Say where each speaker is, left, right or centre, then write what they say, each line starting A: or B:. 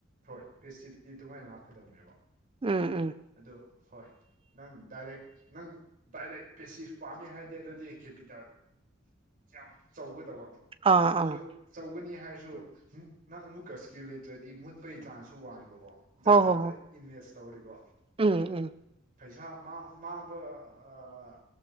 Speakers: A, on the right (about 45°); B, on the right (about 30°).
A: ꯍꯣꯏ ꯄꯦꯁꯤꯐꯇꯤ ꯑꯗꯨꯃꯥꯏꯅ ꯂꯥꯛꯀꯗꯕꯅꯦꯕ
B: ꯎꯪ ꯎꯪ
A: ꯑꯗꯨ ꯍꯣꯏ ꯅꯪꯅ ꯗꯥꯏꯔꯦꯛ ꯅꯪ ꯗꯥꯏꯔꯦꯛ ꯄꯦꯁꯤꯐ ꯄꯥꯝꯃꯦ ꯍꯥꯏꯗꯤ ꯑꯗꯨꯗꯤ ꯀꯦꯄꯤꯇꯦꯜ ꯌꯥꯝ ꯆꯩꯒꯗꯕ
B: ꯑꯥ
A: ꯑꯗꯨꯖꯨ
B: ꯑꯥ
A: ꯆꯧꯒꯅꯤ ꯍꯥꯏꯔꯁꯨ ꯅꯪ ꯑꯃꯨꯛꯀ ꯁꯀꯤꯜ ꯂꯩꯇ꯭ꯔꯗꯤ ꯃꯨꯠꯄꯒꯤ ꯆꯥꯟꯖꯁꯨ ꯋꯥꯡꯉꯦꯕꯀꯣ ꯖꯥꯠ
B: ꯍꯣ
A: ꯖꯥꯠꯇ
B: ꯍꯣ ꯍꯣꯏ
A: ꯏꯟꯚꯦꯁ ꯇꯧꯔꯤꯀꯣ
B: ꯎꯝ ꯎꯝ
A: ꯄꯩꯁꯥ ꯃꯥꯡ ꯃꯥꯡꯕ ꯑꯥꯑ